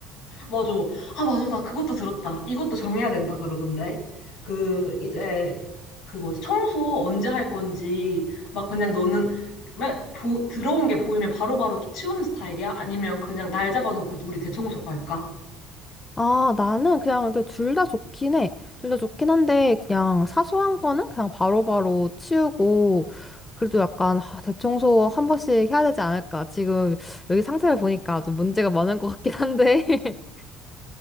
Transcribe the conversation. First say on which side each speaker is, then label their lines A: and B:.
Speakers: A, on the left; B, on the left.
A: 맞아. 아, 맞아. 나 그것도 들었다. 이것도 정해야 된다 그러던데. 그, 이제, 그 뭐지, 청소 언제 할 건지, 막 그냥 너는, 맨 보, 들어온 게 보이면 바로바로 치우는 스타일이야? 아니면 그냥 날 잡아놓고 우리 대청소 할까?
B: 아, 나는 그냥 둘 다 좋긴 해. 둘 다 좋긴 한데, 그냥 사소한 거는 그냥 바로바로 치우고, 그래도 약간 아, 대청소 한 번씩 해야 되지 않을까. 지금 여기 상태를 보니까 좀 문제가 많은 것 같긴 한데. <laughs>